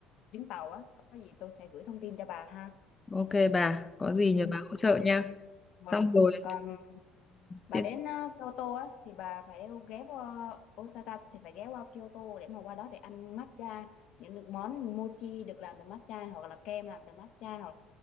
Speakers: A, on the left; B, on the left.
A: chuyến tàu á có gì tôi sẽ gửi thông tin cho bà ha
B: ok bà có gì
A: ừ,
B: nhờ bà hỗ trợ nha
A: rồi
B: xong rồi
A: còn bà
B: ừ.
A: đến ờ, Kyoto á thì bà phải ghé qua Osaka thì phải ghé qua Kyoto để mà qua đó để ăn matcha những được món mochi được làm từ matcha hoặc là kem làm từ matcha hoặc là